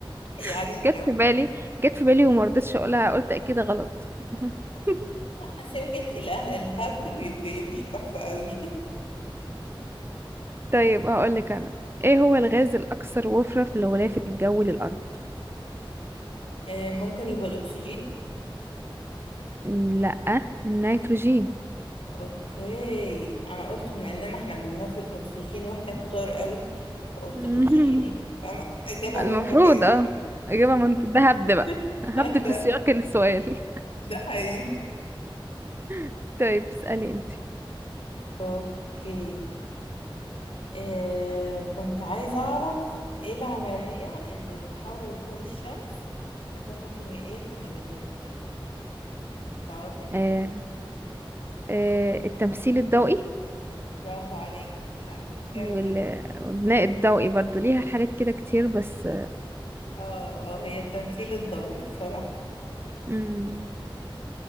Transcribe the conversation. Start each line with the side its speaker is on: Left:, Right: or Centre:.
Left: <laughs> يعني
Right: <laughs> جت في بالي جت في بالي وما رضيتش اقولها قلت اكيد غلط <laughs>
Left: حاسة كانت الهبت بي- بيمشي تحفة قوي <laughs>
Right: طيب هقولك انا ايه هو الغاز الاكثر وفرة في الغلاف الجوي للارض
Left: آه، ممكن يبقى الاكسجين
Right: م، لا النيتروجين
Left: اوكي انا قلت بما اننا احنا بننفذ اكسجين واحنا كتار قوي فقلت
Right: <laughs>
Left: الاكسجين يعني فاهمة؟ اجابة
Right: المفروض
Left: منطقية
Right: اه اجابه منطقيه ده هبد
Left: <laughs>
Right: بقى هبد في
Left: ده
Right: سياق السؤال
Left: ده حقيقي
Right: <laughs> طيب اسالي انت
Left: اوكي آه كنت عايزة اعرف ايه العملية اللي بتحول ضوء الشمس لطاقة كيميائية في النباتات تعرفي
Right: آه آه التمثيل الضوئي
Left: برافو عليكي لا لا جامد
Right: وال- والبناء الضوئي برضو ليها حاجات كده كتير بس
Left: اه آه، هي التمثيل الضوئي بصراحة
Right: مم.